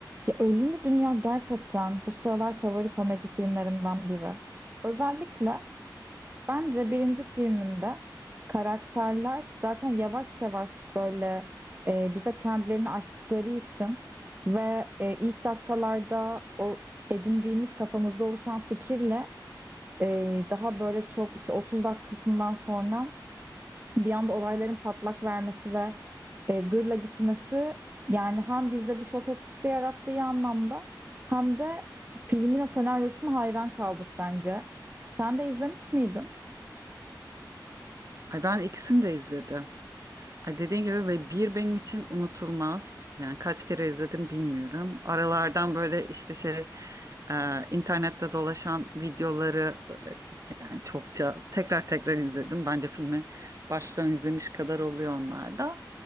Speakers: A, on the right (about 25°); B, on the right (about 45°).
A: Ya Ölümlü Dünya gerçekten bu sıralar favori komedi filmlerimden biri. Özellikle bence birinci filminde karakterler zaten yavaş yavaş böyle e, bize kendilerini açtıkları için ve e, ilk dakikalarda o edindiğimiz kafamızda oluşan fikirle e, daha böyle çok işte 30 dakikasından sonra bir anda olayların patlak vermesi ve e, gırla gitmesi yani hem bizde bir şok etkisi yarattığı anlamda hem de filmin o senaryosuna hayran kaldık bence. Sen de izlemiş miydin?
B: Ay ben ikisini de izledim. Ay dediğin gibi ve bir benim için unutulmaz. Yani kaç kere izledim bilmiyorum. Aralardan böyle işte şey e, internette dolaşan videoları e, yani çokça tekrar tekrar izledim. Bence filmi baştan izlemiş kadar oluyor onlarda.